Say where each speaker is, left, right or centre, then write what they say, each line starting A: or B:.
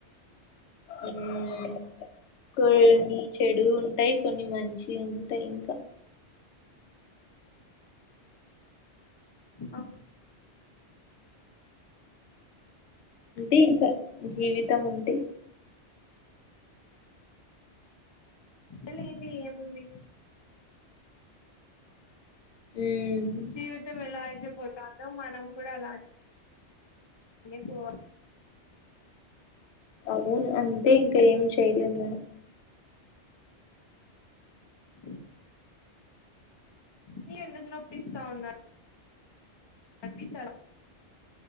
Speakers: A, on the left; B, on the left.
A: ఉమ్ కొన్ని చెడు ఉంటాయి, కొన్ని మంచి ఉంటాయి ఇంకా
B: అ
A: అంతే ఇంకా జీవితం అంటే
B: ళ్ళలగెంది ఏముంది
A: మ్మ్.
B: జివితం ఏలాయితే పోతాందో మనం కూడా అలాన్ నే పోవ
A: అవును అంతే ఇంకా, ఏం చేయలేం మనం.
B: ఉమ్ మీరెందుకు నొప్పిస్తా ఉన్నర్ అవ్వి తళ